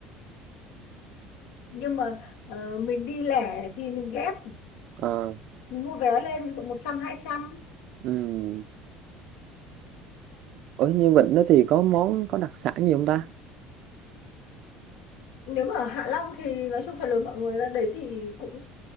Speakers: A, on the left (about 85°); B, on the right (about 50°).
A: nhưng mà ờ, mình đi lẻ thì mình ghép
B: Ờ,
A: mình mua vé lên ví dụ một trăm hai trăm
B: ừ. Ở như vịnh đó thì có món có đặc sản gì không ta?
A: nếu mà ở Hạ Long thì nói chung phần lớn mọi người ra đấy thì cũng